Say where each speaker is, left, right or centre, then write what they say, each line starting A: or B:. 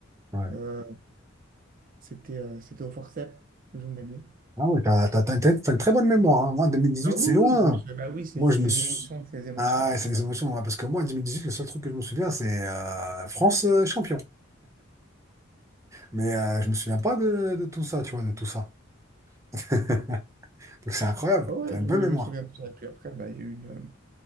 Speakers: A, on the right (about 15°); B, on the right (about 45°).
A: Ouais.
B: Euh, c'était euh, c'était au forceps, ils ont gagné.
A: Ah ouais, t'as, t'as, t'as une, t'as une très bonne mémoire. hein. Moi, 2018,
B: Ah oui,
A: c'est loin.
B: oui, je me souviens. Bah oui, c'est
A: Moi,
B: c'est
A: je me
B: les
A: suis.
B: émotions, c'est les émotions
A: Ah,
B: qui
A: ouais,
B: parlent.
A: c'est les émotions, ouais, parce que moi, 2018, le seul truc que je me souviens, c'est euh, France euh, champion. Mais euh, je me souviens pas de, de tout ça, tu vois, de tout ça. <laughs> Donc c'est incroyable.
B: Ah ouais,
A: T'as une
B: je
A: bonne
B: me
A: mémoire.
B: je me souviens de ça. Et puis après, bah, il y a eu une, euh,